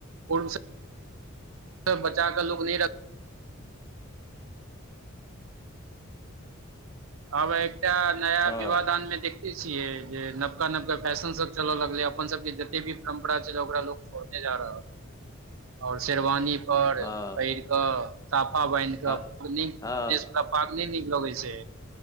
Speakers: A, on the right; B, on the left.
A: <unintelligible> सभ बचा कऽ लोक नहि रख आब एकटा नया
B: हँ
A: विवाह-दानमे देख देखैत छियै, जे नवका नवका फैशन सभ चलय लगलै अपन सभके जतेक भी परम्परा छलए, ओकरा लोक छोड़ने जा रहल आओर शेरवानी पर
B: हँ
A: पहिर कऽ साफा बान्हि कऽ
B: हँ
A: <unintelligible> घुनेशसभ
B: हँ
A: पाग नहि नीक लगैत छै